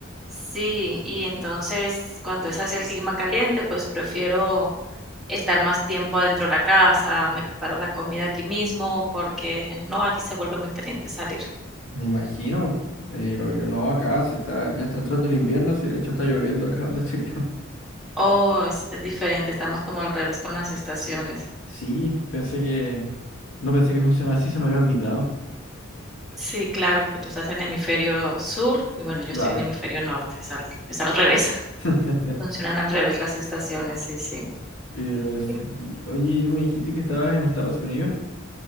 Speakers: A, in the centre; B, on the left (about 75°).
A: sí, y entonces cuando es hacia el clima caliente, pues prefiero estar más tiempo adentro de la casa, me preparo la comida aquí mismo, porque no, aquí se vuelve muy caliente salir.
B: <laughs> Me imagino, pero yo no, acá se está, ya está entrando el invierno, sí, de hecho está lloviendo acá donde estoy yo. <laughs>
A: Oh, es, es diferente, estamos como al revés con las estaciones.
B: Sí, pensé que, no pensé que funcionaba así, se me había olvidado.
A: Sí, claro, que tú estás en hemisferio sur y bueno, yo
B: Claro.
A: estoy en hemisferio norte, es al es al revés, <laughs>
B: <laughs>
A: funcionan al revés las estaciones, sí, sí.
B: Pero sí,
A: Y
B: oye, ¿y tú me dijiste que estabas en Estados Unidos.